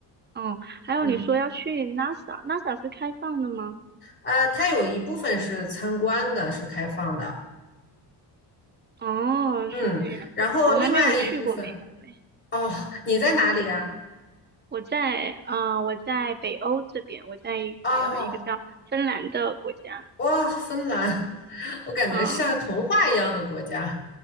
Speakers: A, on the right; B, on the left.
A: 嗯，还有你说要去
B: 嗯，
A: NASA，NASA 是开放的吗？
B: 呃，它有一部分是参观的，是开放的。
A: 哦，
B: 嗯，
A: 是这样，
B: 然后另外一部分，
A: 我还没有去过美国嘞，
B: 哦，你在哪里呀？
A: 我在嗯、呃我在北欧这边，我在一呃一个叫芬兰的国家。
B: 哦，哇，芬兰，<laughs> 我感觉像童话一样的国家。
A: 嗯，